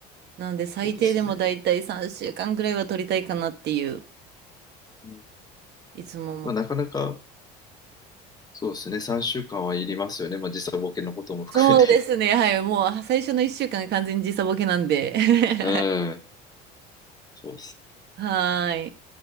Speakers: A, on the right; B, on the left.
A: なので最低でもだいたい3週間ぐらいは取りたいかなっていう、
B: そうですね。うん
A: いつも思って
B: まあ、なかなか、そうですね、3週間はいりますよね。まあ、時差ボケのことも含めて。
A: そうですね。はい。もう最初の1週間が完全に時差ボケなんで。<laughs> はい。
B: <laughs> うん。そうですね
A: はーい。